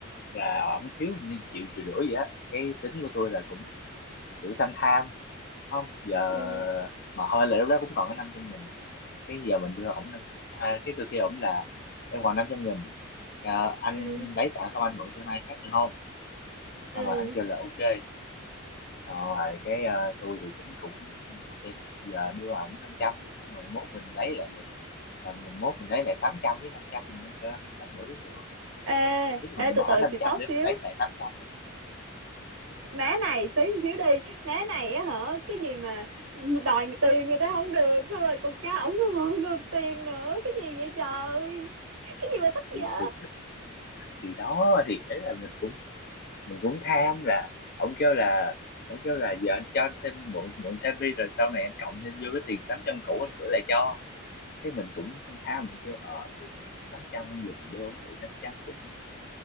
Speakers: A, on the left; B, on the right.
A: là ổng thiếu như triệu triệu rưỡi vậy á cái tính của tôi là cũng kiểu tham tham không giờ
B: ừ,
A: mà hơi là lúc đó cũng còn có năm trăm nghìn cái giờ mình đưa ổng năm à, cái tôi kêu ổng là em còn năm trăm nghìn Ờ, anh
B: ừ,
A: lấy tạm xong anh mượn thêm ai khác được không
B: ừ.
A: xong rồi anh kêu là ok xong rồi cái ờ, tôi thì tính cũng ok cái giờ đưa ổng 500 đi xong rồi mốt mình lấy lại được là mình mốt mình lấy lại 800 với 500 nữa năm trăm nữa cũng được
B: Ê,
A: chứ mình
B: ê,
A: bỏ
B: từ từ
A: năm
B: xì
A: trăm
B: tóc
A: để
B: xíu.
A: mình lấy lại 800 á
B: má này xí xíu đi má này á hả cái gì mà đòi tiền người ta không được xong rồi còn cha ổng còn ngược tiền nữa cái gì vậy trời cái gì mà tức
A: thì,
B: dở
A: thì thì đó thì ấy là mình cũng mình cũng tham là ông kêu là ông kêu là giờ anh cho anh thêm mượn mượn thêm đi rồi sau này anh cộng thêm vô cái tiền 800 cũ anh gửi lại cho cái mình cũng tham tham mình kêu ờ tiền này cũng 800 giờ mình đưa ông mượn 500 cũng